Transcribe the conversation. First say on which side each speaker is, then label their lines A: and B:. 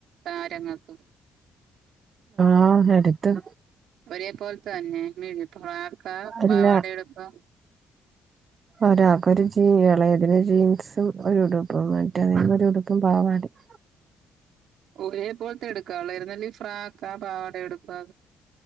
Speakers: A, on the right (about 75°); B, on the right (about 45°).
A: താരങ്ങൾക്ക്?
B: ആഹ് എടുത്ത്.
A: ഒരേ പോലെത്തെ തന്നെ <inaudible> ഫ്രാക്കാ,
B: അല്ല
A: പാവാട എടുക്കാ?
B: ഒരാൾക്കൊരു ജീ ഇളയതിന് ജീൻസും ഒരുടുപ്പും, മറ്റേതിനൊരു ഉടുപ്പും പാവാടയും.
A: ഒരേ പോലത്തെ എടുക്കാവുള്ളേര്ന്നു അല്ലേ ഈ ഫ്രാക്കാ പാവാടയോ എടുക്ക